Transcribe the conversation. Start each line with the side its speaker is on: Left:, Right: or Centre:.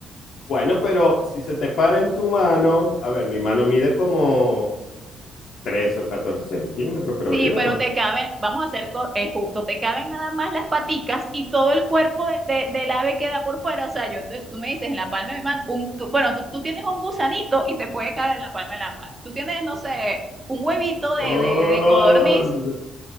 Left: Bueno, pero si se te para en tu mano, a ver, mi mano mide como 13 o catorce centímetros, creo
Right: Sí,
Left: yo.
Right: pero te caben, vamos a hacer cor- eh, justo, te caben nada más las paticas y todo el cuerpo de- de- del ave queda por fuera. O sea, yo te- tú me dices en la palma de mi mano, un, tú- bueno, tú, tú tienes un gusanito y te puede caer en la palma de la mano. Tú tienes, no sé, un huevito de,
Left: Joder.
Right: de, de codorniz.